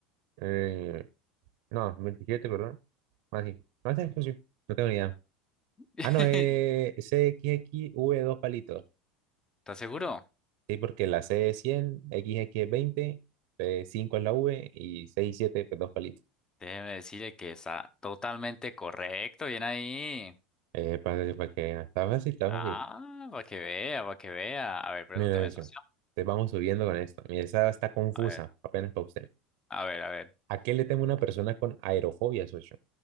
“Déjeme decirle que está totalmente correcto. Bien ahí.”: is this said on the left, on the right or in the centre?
Left